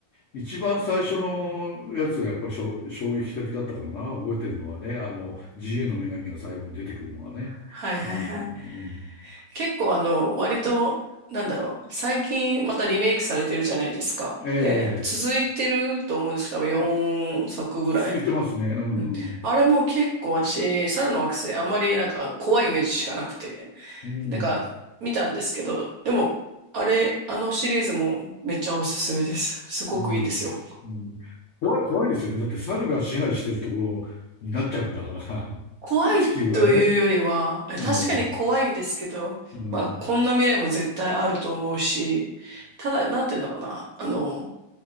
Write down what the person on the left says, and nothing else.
一番最初のやつがやっぱりしょ衝撃的だったかな。覚えてるのはね、あの、自由の女神が最後に出てくるのがね。
うん。
ええ、
続いてますね。うんうん。
うん、
うん、うん、怖い、怖いですよね。だって猿が支配してるところになっちゃうんだから、
<laughs> 地球がね。
うん、うん、うん、